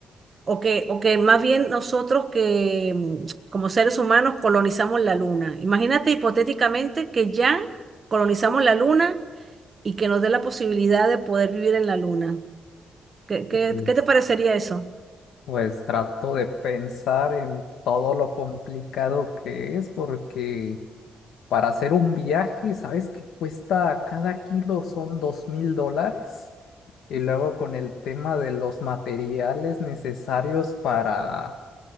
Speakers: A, on the right (about 30°); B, on the left (about 90°).
A: o que, o que más bien nosotros que mm, como seres humanos colonizamos la luna. Imagínate hipotéticamente que ya colonizamos la luna y que nos dé la posibilidad de poder vivir en la luna. ¿Qué, qué,
B: Pues,
A: qué te parecería eso?
B: pues trato de pensar en todo lo complicado que es, porque para hacer un viaje, ¿sabes que cuesta cada kilo son dos mil dólares? Y luego con el tema de los materiales necesarios para,